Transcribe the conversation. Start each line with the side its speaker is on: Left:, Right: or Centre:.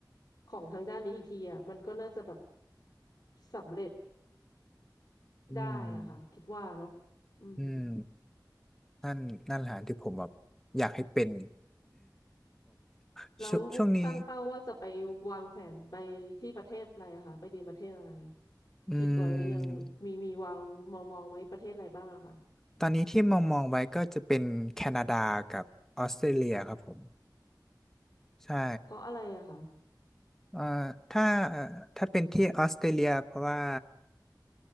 Left: ของทางด้านนี้อีกทีอะมันก็น่าจะแบบสำเร็จ
Centre: อืม
Left: ได้อะค่ะคิดว่าเนาะอืม
Centre: อืมนั่นนั่นแหละที่ผมแบบอยากให้เป็น <laughs>
Left: แล้วตั้งเป้าว่าจะไปวางแผนไปที่ประเทศอะไรอะคะไปเรียนประเทศอะไร
Centre: ชวงช่วงนี้อื
Left: คิดไว้หรือยังมีมีวางมองมองไว้ประเทศอะไรบ้างอะคะ
Centre: มตอนนี้ที่มองมองไว้ก็จะเป็นแคนาดากับออสเตรเลียครับผมใช่
Left: เพราะอะไรอะคะ
Centre: เอ่อถ้าเอ่อถ้าเป็นที่ออสเตรเลียเพราะว่า